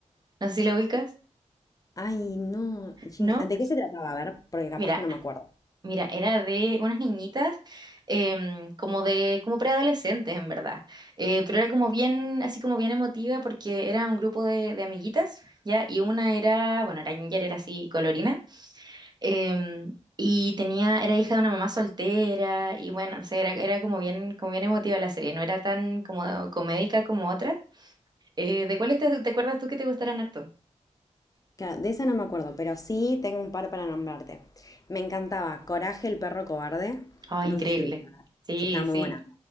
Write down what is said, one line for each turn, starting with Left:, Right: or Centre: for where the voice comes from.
Right: no sé si la ubicas.
Left: Ay, no, Ginger,
Right: ¿no?
Left: ¿de qué se trataba? A ver, porque capaz
Right: Mira,
Left: que no me acuerdo.
Right: mira, era de unas niñitas em, como de, como preadolescentes en verdad. Eh, pero era como bien, así como bien emotiva porque era un grupo de, de amiguitas, ¿ya? Y una era, bueno, era ginger, era así colorina. em, y tenía, era hija de una mamá soltera, y bueno, o sea, era, era como bien, como bien emotiva la serie, no era tan como comédica como otras. Eh, ¿de cuáles te, te acuerdas tú que te gustaran harto?
Left: Claro, de esa no me acuerdo, pero sí tengo un par para nombrarte. Me encantaba Coraje, el perro cobarde.
Right: Oh, increíble.
Left: No sé si,
Right: Sí,
Left: si estaba muy
Right: sí.
Left: buena.